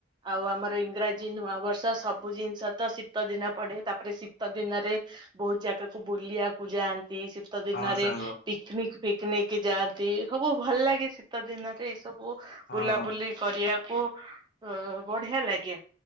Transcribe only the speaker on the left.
ହଁ ସାଙ୍ଗ
ହଁ।